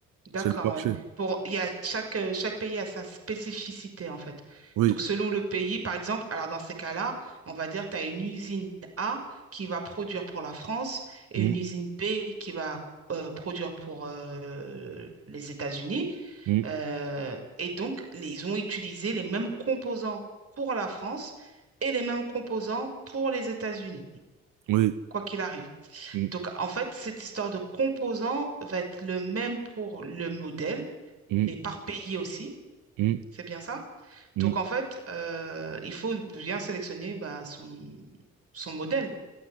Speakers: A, on the right; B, on the right.
A: D'accord,
B: c'est le marché.
A: ouais. Pour, il y a chaque, euh, chaque pays a sa spécificité, en fait.
B: Oui,
A: Donc, selon le pays, par exemple, alors dans ces cas-là, on va dire tu as une usine A qui va produire pour la France et
B: Mm,
A: une usine B qui va euh, produire pour euh, les États-Unis.
B: mm,
A: Euh, et donc, les- ils ont utilisé les mêmes composants pour la France et les mêmes composants pour les États-Unis,
B: oui,
A: quoi qu'il arrive.
B: Mm,
A: Donc, en fait, cette histoire de composants va être le même pour le modèle,
B: mm,
A: mais par pays aussi.
B: mm,
A: C'est bien ça?
B: mm,
A: Donc, en fait, euh, il faut bien sélectionner bah, son, son modèle.